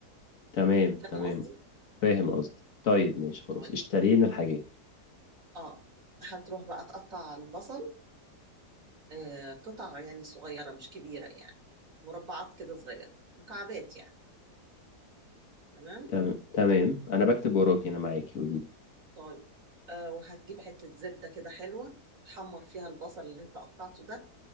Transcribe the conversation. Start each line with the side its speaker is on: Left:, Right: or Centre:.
Left: تمام
Right: فاهم
Left: تمام
Right: قصدي؟
Left: فاهم قصدي طيب ماشي خلاص
Right: طيب
Left: اشترينا الحاجات
Right: اه هتروح بقى تقطع البصل آه، قطع يعني صغيرة مش كبيرة يعني مربعات كده صغيرة مكعبات يعني تمام
Left: تم- تمام انا بكتب وراكي انا معاكي قولي لي
Right: طيب آه وهتجيب حتة زبدة كده حلوة تحمر فيها البصل اللي انت قطعته ده